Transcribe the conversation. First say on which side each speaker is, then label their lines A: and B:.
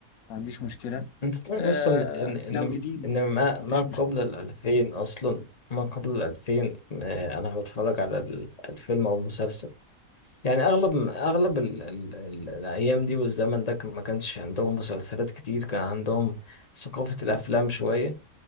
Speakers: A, on the left (about 85°); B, on the left (about 30°).
A: ما عنديش مشكلة
B: انت تعرف
A: آه
B: اصلا ان ان
A: لو جديد
B: ان ما
A: ما
B: ما
A: فيش
B: قبل
A: مشكلة
B: الألفين اصلا ما قبل الألفين آه، انا بتفرج على ال- الفيلم او المسلسل يعني اغلب اغلب ال ال ال الايام دي والزمن ده كان- ما كانش عندهم مسلسلات كتير كان عندهم ثقافة الافلام شوية